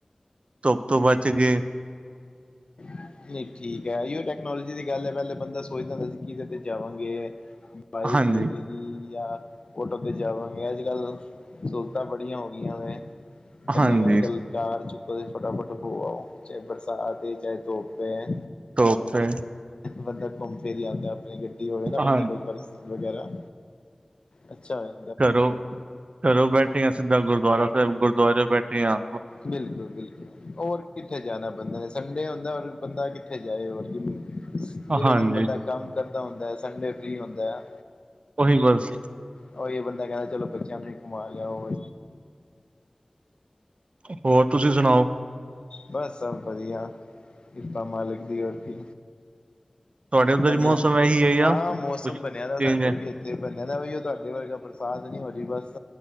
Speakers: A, on the right; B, on the left.
A: ਧੁੱਪ ਤੋਂ ਬਚ ਗਏ।
B: ਨਹੀਂ ਠੀਕ ਐ, ਓਹੀਓ ਟੈਕਨੋਲੋਜੀ ਦੀ ਗੱਲ ਐ ਪਹਿਲੇ ਬੰਦਾ ਸੋਚਦਾ ਹੁੰਦਾ ਸੀ ਜਿਹਦੇ ਤੇ ਜਾਵਾਂਗੇ, ਬਾਈਕ
A: ਹਾਂਜੀ
B: ਵੇਲੇ ਜਾਂ ਓਟੋ ਤੇ ਜਾਂਵਾਂਗੇ ਅੱਜ ਕੱਲ ਸਹੂਲਤਾਂ ਬੜੀਆਂ ਹੋ ਗਈਆਂ ਨੇ। ਬੰਦਾ
A: ਹਾਂਜੀ
B: ਕਹਿੰਦਾ ਚੱਲ ਕਾਰ ਚੁੱਕੋ ਤੇ ਫਟਾਫਟ ਹੋ ਆਓ, ਚਾਹੇ ਬਰਸਾਤ ਏ ਚਾਹੇ ਧੁੱਪ ਧੁੱਪ ਐ।
A: ਧੁੱਪ ਐ।
B: ਬੰਦਾ ਘੁੰਮ ਫਿਰ ਆਂਦਾ ਆਪਣੀ ਗੱਡੀ ਹੋਵੇ ਨਾ ਬੰਦੇ
A: ਹਾਂ
B: ਕੋਲ ਬਸ ਵਗੈਰਾ ਅੱਛਾ ਐ।
A: ਘਰੋਂ-ਘਰੋਂ ਬੈਠੇ ਆ ਸਿੱਧਾ ਗੁਰਦੁਆਰਾ ਸਾਹਿਬ, ਗੁਰਦੁਆਰੇਓ ਬੈਠੇ ਆ
B: ਬਿਲਕੁਲ, ਬਿਲਕੁਲ। ਹੋਰ ਕਿੱਥੇ ਜਾਣਾ ਬੰਦਾ ਨੇ, ਸੰਡੇ ਹੁੰਦਾ ਹੋਰ ਬੰਦਾ ਕਿੱਥੇ ਜਾਏ ਹੋਰ ਕੀ। ਪੂਰੇ
A: ਹਾਂਜੀ
B: ਦਿਨ ਬੰਦਾ ਕੰਮ ਕਰਦਾ ਹੁੰਦਾ, ਸੰਡੇ ਫ੍ਰੀ ਹੁੰਦਾ ਆ।
A: ਉਹੀ ਬਸ।
B: ਉਹੀ ਇਹ ਬੰਦਾ ਕਹਿੰਦਾ ਚਲੋ ਬੱਚਿਆਂ ਨੂੰ ਘੁੰਮਾ ਲਿਆਉ।
A: ਹੋਰ ਤੁਸੀਂ ਸੁਣਾਓ?
B: ਬਸ ਸਭ ਵਧੀਆ ਕਿਰਪਾ ਮਾਲਿਕ ਦੀ ਹੋਰ ਕੀ।
A: ਤੁਹਾਡੇ ਉੱਧਰ
B: ਬਣੀਆ,
A: ਮੌਸਮ ਇਹੀ ਹੈ ਜਾਂ
B: ਹਾਂ ਮੌਸਮ
A: ਕੁਛ ਚੇਂਜ
B: ਬਣਿਆ ਦਾ ਸਾਡੇ
A: ਹੈ
B: ਵੀ ਇ ਤੇ ਬੰਨਿਆ ਦਾ ਬਈ ਉਹ ਤੁਹਾਡੇ ਵਰਗਾ। ਬਰਸਾਤ ਨਹੀਂ ਹੋ ਰਹੀ ਬਸ,